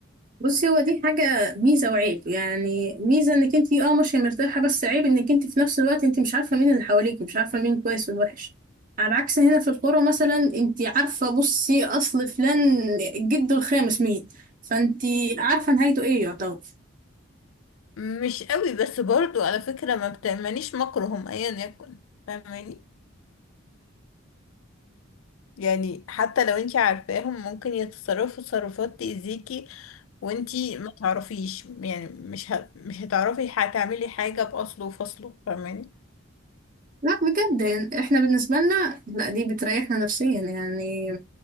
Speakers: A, on the right; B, on the left.
A: بصي هو دي حاجة ميزة وعيب يعني ميزة انك انت اه ماشية مرتاحة بس عيب انك انت في نفس الوقت انت مش عارفة مين اللي حواليك مش عارفة مين كويس والوحش على عكس هنا في القرى مثلا انت عارفة بصي اصل فلان جده الخامس مين فانت عارفة نهايته ايه يعتبر
B: مش قوي بس برضو على فكرة ما بتأمنيش مكرهم ايا يكن فاهماني يعني حتى لو انتي عارفاهم ممكن يتصرفوا تصرفات تأذيكي وانتي ما تعرفيش يعني مش ه... مش هتعرفي هتعملي حاجة بأصله وفصله فاهماني
A: لا بجد يعني احنا بالنسبة لنا لا دي بتريحنا نفسيا يعني